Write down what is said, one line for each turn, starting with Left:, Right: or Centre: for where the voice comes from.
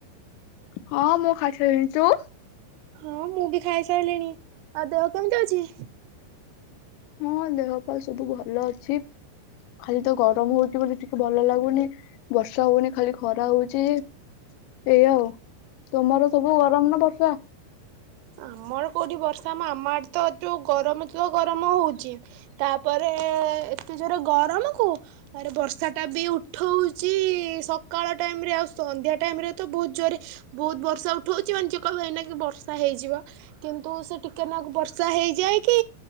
Left: ହଁ ମୁଁ ଖାଇସାରିଲିଣି ତୁ?
Right: ହଁ ମୁଁ ବି ଖାଇସାରିଲିଣି ଆଉ ଦେହ କେମିତି ଅଛି?
Left: ହଁ ଦେହ ପା ସବୁ ଭଲ ଅଛି, ଖାଲି ତ ଗରମ ହଉଛି, ବୋଲି ଟିକେ ଭଲ ଲାଗୁନି ବର୍ଷା ହଉନି ଖାଲି ଖରା ହଉଚି, ସେୟା ଆଉ ତମର ସବୁ ଗରମ ନା ବର୍ଷା।
Right: ଆମର କୋଉଠି ବର୍ଷା ଆମ ଆଡେ ତ ଯୋଉ ଗରମ ତ ଗରମ ହଉଛି ତାପରେ ଏତେ ଜୋରେ ଗରମ କୁ ଆରେ ବର୍ଷା ଟା ବି ଉଠଉଛି ସକାଳ ଟାଇମ ରେ ଆଉ ସନ୍ଧ୍ୟା ଟାଇମ ରେ ତ ବହୁତ ଜୋରେ ବହୁତ ବର୍ଷା ଉଠଉଛି ମାନେ ଯେ କହିବକି ହେଇନା କି ବର୍ଷା ହେଇଯିବ। କିନ୍ତୁ ସେ ଟିକେନାକୁ ବର୍ଷା ହେଇଯାଇକି